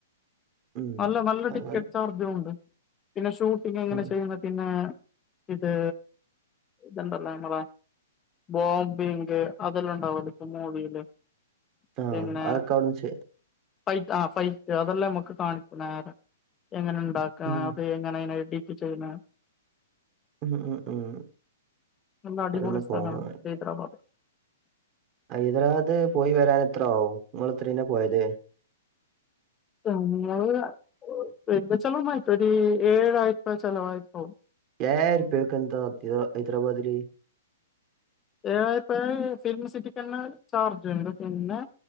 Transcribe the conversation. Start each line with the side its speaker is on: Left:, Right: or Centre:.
Right: ഉം
Left: അല്ല, നല്ല, ടിക്കറ്റ്
Right: അങ്ങനെ
Left: ചാർജുംണ്ട്. പിന്നെ, ഷൂട്ടിങ് എങ്ങനെ
Right: ഉം
Left: ചെയ്യുന്ന? പിന്നെ ഇത്. ഇതണ്ടല്ലേ, എ ബോംബിങ് അതെല്ലാം ഉണ്ടാവല്ല. മൂവിയില്,
Right: ആഹ്
Left: പിന്നെ.
Right: അതൊക്കെ അവിടുന്ന് ചെയ്യ
Left: ഫൈറ്റ് ആഹ്, ഫൈറ്റ് അതെല്ലാം നമുക്ക് കാണിക്ക നേര, എങ്ങനെ ണ്ടാക്ക
Right: ഉം
Left: അത്. ങ്ങനെ അയിന് ടിക്ക് ചെയ്യണെ?
Right: ഉം ഉം ഉം
Left: നല്ല, അടിപൊളി
Right: അതൊന്ന്
Left: സ്ഥല
Right: പോണം
Left: മാണ്. ഹൈദരാബാദ്.
Right: ഹൈദരാവാദ് പോയി വരാൻ എത്ര ആവും? ങ്ങള് എത്രീന പോയത്.
Left: <unintelligible>
Right: ഏയായിർപ്പക്ക് ന്ത, ഹൈദരാബാദ്ല്.
Left: ഏയാർപ്പ ഫിലിം സിറ്റിക്ക് തന്നെ ചാർജ്ണ്ട് പിന്നെ.